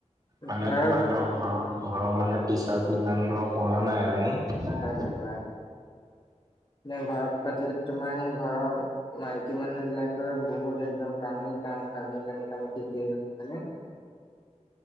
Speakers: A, on the right; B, on the left.
A: মানে
B: ঘৰত
A: তোমাৰ ধৰ ঘৰৰ- ঘৰৰ মানে প্ৰেচাৰটো ইমান ধৰ পৰা নাই আৰু',
B: সঁচাই', নে, ঘৰত পাতিলে তোমাৰ সেই ঘৰৰ', মাইকী মানুহ বিলাকে বহুত একদম কামেই কাম কামেই কামেই কামেই শেষেই নহয় হয় নে',